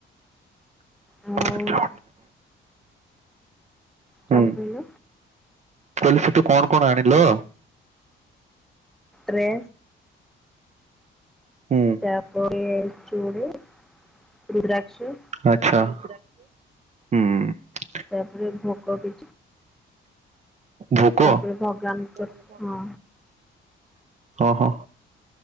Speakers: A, in the centre; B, on the right.
A: ଆଉ
B: ହୁଁ।
A: କଣ
B: ହଁ।
A: କହିଲ
B: ପଲି ସେଠୁ କଣ କଣ ଆଣିଲ।
A: ଏରେ
B: ହୁଁ
A: ତାପ ଚୁଡ <inaudible> ରୁଦ୍ରାକ୍ଷ <inaudible>
B: ଆଚ୍ଛା ହୁଁ ।
A: ତାପରେ ଭୋଗ ବି
B: ୋକ
A: ତାପରେ ଭଗବାନଙ୍କ
B: ଭୋକ
A: ହଁ
B: ଓ ହ